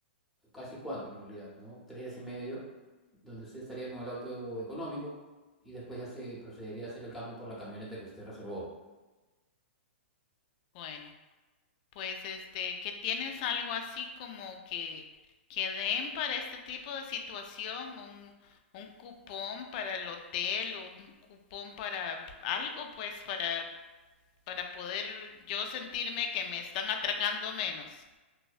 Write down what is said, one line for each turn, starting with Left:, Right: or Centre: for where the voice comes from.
Centre: casi cuatro en realidad, ¿no? Tres días y medio, donde usted estaría con el auto económico y después ya se procedería a hacer el cambio por la camioneta que usted reservó.
Left: Bueno, pues este, ¿qué tienes algo así como que, que den para este tipo de situación, un, un cupón para el hotel, un cupón para algo, pues para, para poder yo sentirme que me están atracando menos.